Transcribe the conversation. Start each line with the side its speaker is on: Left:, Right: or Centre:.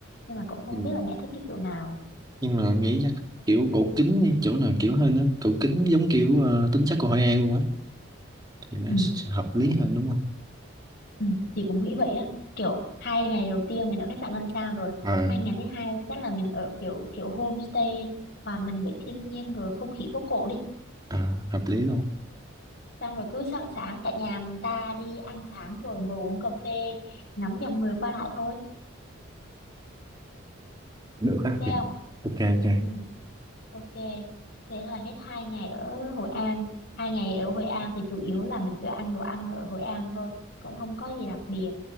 Left: nhưng mà cũng không
Right: Ừ.
Left: biết là mẹ thích cái kiểu nào
Right: nhưng mà nghĩ chắc kiểu cổ kính đi, chỗ nào kiểu hơn á cổ kính giống kiểu ờ, tính chất của Hội An luôn á thì nó
Left: Ừ.
Right: sẽ hợp lý hơn đúng không
Left: Ừ, chị cũng nghĩ vậy á kiểu hai ngày đầu tiên mình ở khách sạn năm sao rồi
Right: ờ
Left: hai ngày thứ hai chắc là mình ở kiểu kiểu homestay à, mình với thiên nhiên rồi không khí phố cổ đi
Right: à, hợp lý luôn
Left: xong rồi cứ sáng sáng cả nhà người ta đi ăn sáng rồi ngồi uống cà phê ngắm dòng người qua lại thôi
Right: được á
Left: thấy
Right: thì
Left: không
Right: ok ok
Left: ừ, ok thế là hết hai ngày ở Hội An hai ngày ở Hội An thì chủ yếu là mình cứ ăn đồ ăn ở Hội An thôi cũng không có gì đặc biệt